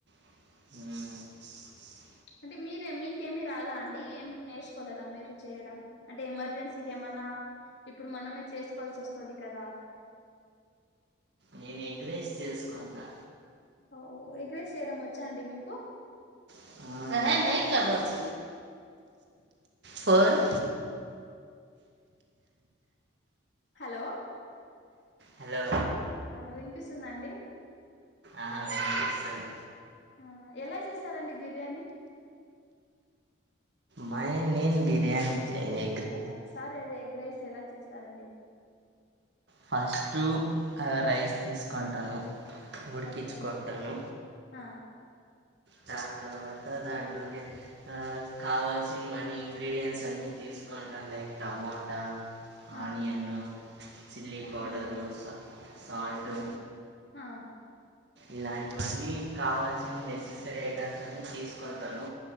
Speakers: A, on the right (about 55°); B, on the left (about 55°).
A: హు
B: అంటే మీరే మీకేమి రాదా అండి ఏమి నేర్చుకోలేదా మీరు చేయడం అంటే ఎమర్జెన్సీకి ఏమన్నా ఇప్పుడు మనమే చేసుకోవాల్సి వస్తుంది కదా
A: నేను ఎగ్రీస్ చేసుకుంటా
B: ఓ ఎగ్రేస్ చేయడం వచ్చానండి మీకు
A: <unintelligible> కవచ్చ ఫొన్
B: హలో
A: హలో
B: అలో వినిపిస్తుందా అండి
A: ఆ వినిపిస్తది
B: ఆ ఎలా చేస్తారండి బిర్యానీ
A: మై నీ బిర్యానీ చేయలే
B: ఆ సరే అదే ఎగ్గ్రిస్ ఎలా చేస్తారండి
A: ఫస్ట్ రైస్ తీసుకుంటాను ఉడికించుకుంటాను
B: ఓకే అండి ఆ
A: దాని తర్వాత దాని లోగే ఆ కావల్సినవన్న ఇంగ్రీడియంయంట్స్ అన్ని తీసుకుంటాం లైక్ టమోటా
B: ఆ
A: ఆనియను చి చిల్లీ
B: ఓకే
A: పౌడరు
B: అండి
A: సా సాల్టు
B: హా
A: ఇలాంటివన్నీ కావాల్సిన నెసెసరీ ఐటెమ్స్ అని తీసుకుడతాను